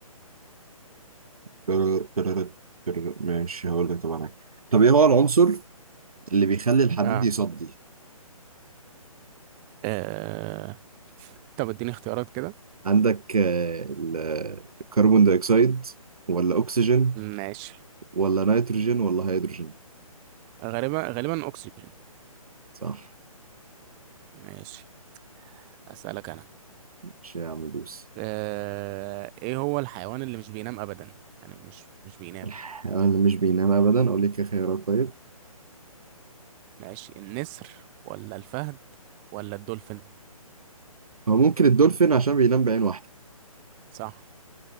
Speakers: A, on the right; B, on the right.
A: تر- تر- تر- ماشي هقول لك طبعا حاجة. طب ايه هو العنصر اللي بيخلي الحديد
B: اه,
A: يصدي
B: آه. طب اديني اختيارات كده
A: عندك آه، ال- آه، الكربون دايوكسيد ولا اكسجين
B: ماشي
A: ولا نيتروجين ولا هيدروجين
B: غالبا غالبا اكسجين
A: صح
B: ماشي اسألك انا
A: مش يا عم دوس
B: آه. ايه هو الحيوان اللي مش بينام ابدا يعني مش مش بينام
A: الحيوان اللي مش بينام ابدا اقول لك إيه خيارات طيب
B: ماشي النسر ولا الفهد ولا الدولفين
A: هو ممكن الدولفين عشان بينام بعين واحده
B: صح